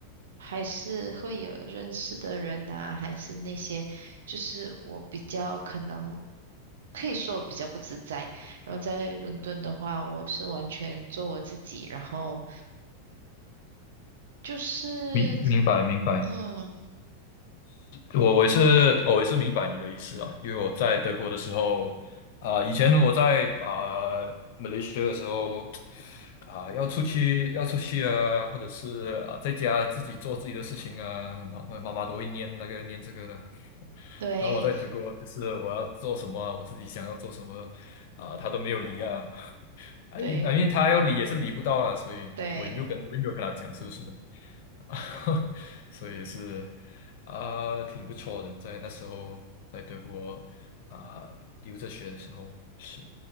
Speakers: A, on the right (about 60°); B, on the left (about 50°).
A: 还是会有认识的人呐、还是那些，就是我比较可能可以说我比较不自在。然后在伦敦的话，我是完全做我自己，然后就是
B: 明明白明白。
A: 嗯，
B: 我我也是哦我也是明白你的意思啊，因为我在德国的时候，啊、以前我在啊、马来西亚的时候，啊、要出去要出去啊，或者是啊、在家自己做自己的事情啊，妈妈妈都会念那个念这个的。
A: 对
B: 然后我在德国就是我要做什么啊我自己想要做什么啊、他都没有理啊。<laughs> I
A: 对。
B: mean I mean 他要理也是理不到啊，所以我也没有跟我也没有跟他讲是不是？
A: 对
B: <laughs> 所以也是啊、挺不错的。在那时候，在德国啊、留着学的时候，是